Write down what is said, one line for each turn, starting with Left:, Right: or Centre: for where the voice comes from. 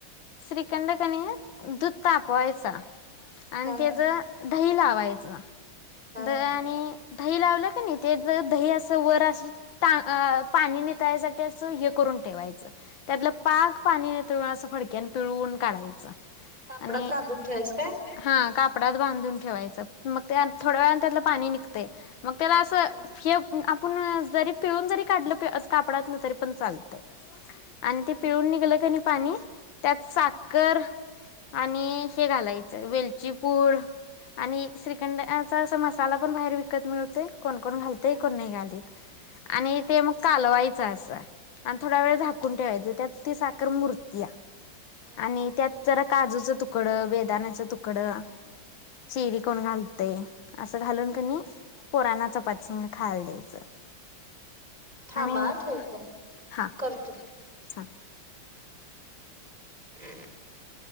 Left: श्रीखंड कनी दूध तापवायचा. आणि
Right: हा
Left: त्याच दही लावायचं
Right: हा.
Left: दह्यानी दही लावलं का नाही, ते ज दही अस वर अस टा आ पाणी निथळायसाठी असं हे करून ठेवायचं. त्यातलं पाग पाणी निथळून असं फडक्यान पिळवून काढायचा
Right: कापडात
Left: आणि
Right: बांधून ठेवायचं काय?
Left: हा काप कापडत बांधून ठेवायचं मग त्या थोड्या वेळाने त्यातलं पाणी निघते. मग त्याला असं
Right: हं
Left: प <unintelligible> आपण जरी पिळून जरी काढलं ते असं कापडात ना तरी पण चालतय. आणि ते पिळून निघलं कनी पाणी त्यात साखर आणि हे घालाय वेलचीपूड आणि श्रीखंड यांचा असा मसाला पण बाहेर विकत मिळतोय. कोण कोण घालत आहे,
Right: हं.
Left: कोण नाही घालीत. आणि ते मग कालवायचं असं आणि थोड्या वेळ झाकून
Right: हा
Left: ठेवायच. त्यात ती साखर मूरतीया.
Right: हा
Left: आणि त्यात जरा काजूचं तुकडं, बेदाण्याच तुकडं, चिरी, कोण घालतय. असं घालून
Right: थांबा
Left: कनी पोरांना चपाती संग खायला द्यायचं.
Right: थांबा
Left: आम्ही
Right: ठेवतो,
Left: हा
Right: करतो
Left: हा
Right: <inaudible>